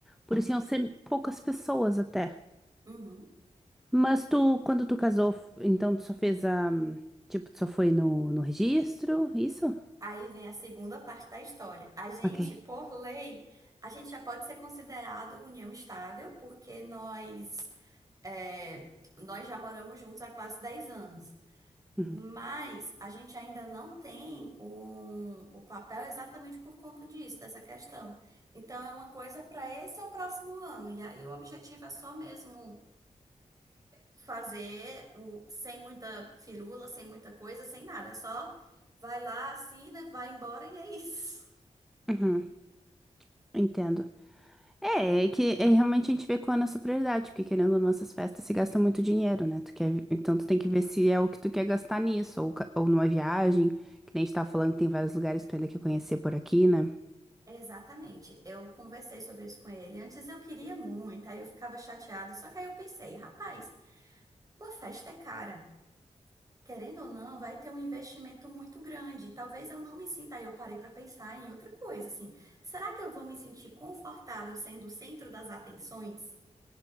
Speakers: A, in the centre; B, on the right.
A: Por isso iam ser poucas pessoas até.
B: uhum.
A: Mas tu, quando tu casou, f- então tu só fez a. Tipo, tu só foi no, no registro, isso?
B: Aí vem a segunda parte da história. A gente,
A: Ok.
B: por lei, a gente já pode ser considerado união estável, porque nós, é, nós já moramos juntos há quase 10 anos.
A: Uhum.
B: Mas a gente ainda não tem um- o papel exatamente por conta disso, dessa questão. Então é uma coisa para esse ou próximo ano. E aí o objetivo é só mesmo fazer o, sem muita firula, sem muita coisa, sem nada. É Só vai lá, assina, vai embora e é isso.
A: Uhum, entendo. É, é que é, realmente a gente vê qual é a nossa prioridade, porque querendo ou não, essas festas se gasta muito dinheiro, né? Tu quer, então tu tem que ver se é o que tu quer gastar nisso, ou, ca- ou numa viagem, que nem a gente tava falando que tem vários lugares que tu ainda quer conhecer por aqui, né?
B: Exatamente. Eu conversei sobre isso com ele. Antes eu queria muito, aí eu ficava chateada. Só que aí eu pensei, rapaz, uma festa é cara. Querendo ou não, vai ter um investimento muito grande. Talvez eu não me sinta. Aí eu parei pra pensar em outra coisa, assim. Será que eu vou me sentir confortável sendo o centro das atenções?